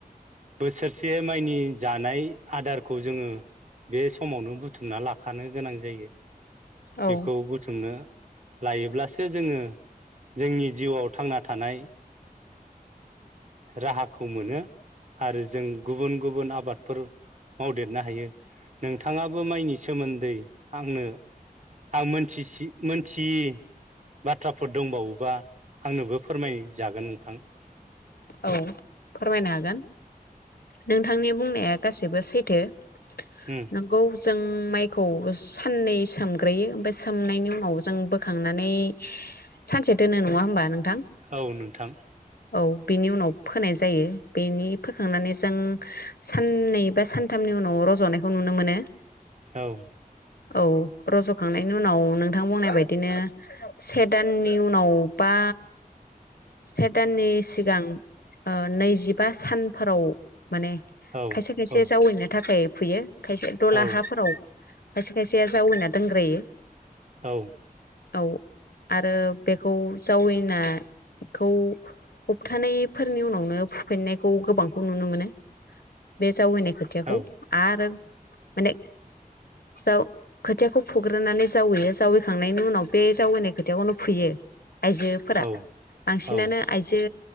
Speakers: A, on the right; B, on the left.
A: बोसोरसे माइनि जानाय आदारखौ जोङो बे समावनो बुथुमना लाखानो गोनां जायो
B: औ
A: बेखौ बुथुमनो लायोब्लासो जोङो जोंनि जिउआव थांना थानाय राहाखौ मोनो आरो जों गुबुन गुबुन आबादफोर मावदेरनो हायो नोंथाङाबो माइनि सोमोन्दै आंनो आं मोनथिसि मोनथियै बाथ्राफोर दंबावोबा आंनोबो फोरमायजागोन नोंथां ।
B: औ फोरमायनो हागोन नोंथांनि बुंनाया गासिबो सैथो ।
A: उम
B: नंगौ ‌ जों माइखौ साननै सोमग्रोयो ओमफ्राय सोमनायनि उनाव जों बोखांनानै सानसे दोनो नङा होमबा नों
A: औ नोंथां ।
B: औ बेनि उनाव फोनाय जायो बेनि फोखांनानै जों साननै बा सानथामनि उनाव रज'नायखौ नुनो मोनो ।
A: औ ।
B: औ रज'खांनायनि उनाव नोंथां बुंनाय बायदिनो से दाननि उनाव बा से दाननि सिगां ओ नैजिबा सानफोराव माने
A: औ
B: खायसे खायसे
A: औ
B: जावैनो थाखाय फुयो । खायसे दला
A: औ
B: हाफोराव खायसे खायसेया जावैना दोनग्रायो ।
A: औ ।
B: औ आरो बेखौ जावैनाखौ हप्थानायफोरनि उनावनो फुफिननायखौ गोबांखौ नुनो मोनो बे जावैनाय खोथियाखौ
A: औ
B: आरो माने जाव खोथियाखौ फुग्रोनानै जावैयो जावैखांनायनि उनाव बे जावैनाय खोथियाखौनो फुयो । आयजोफोरा
A: औ
B: बांसिनानो
A: औ
B: आयज ओ